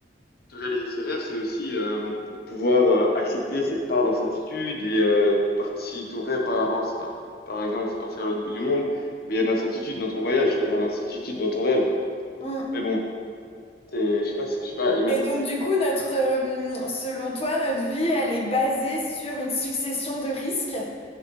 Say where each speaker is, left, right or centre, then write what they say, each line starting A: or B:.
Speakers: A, on the left; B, on the left.
A: de réaliser ses rêves, c'est aussi euh, pouvoir euh, accepter cette part d'incertitude et euh, parti, ton rêve par rapport, c'est par, par exemple, c'est partir à l'autre bout du monde, mais il y a de l'incertitude dans ton voyage, il y aura de l'incertitude dans ton rêve.
B: Hmm.
A: Mais bon, t'es- je sais pas, si- je sais pas, ima-
B: Et donc, du coup, notre, euh, selon toi, notre vie, elle est basée sur une succession de risques